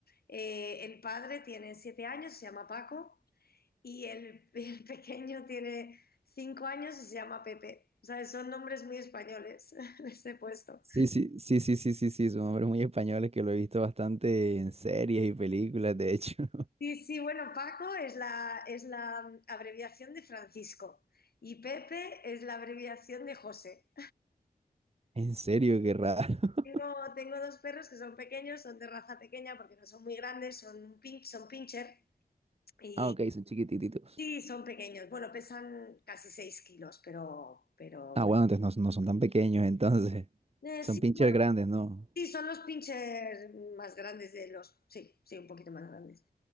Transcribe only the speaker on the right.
Sí, sí, sí, sí, sí, sí, sí, son hombres muy españoles que lo he visto bastante en series y películas, de hecho. <laughs>
En serio, qué raro. <laughs>
Ah, ok, son chiquititos.
Ah,
bueno, entonces no, no son tan pequeños, entonces.
Son
pincher
grandes, ¿no?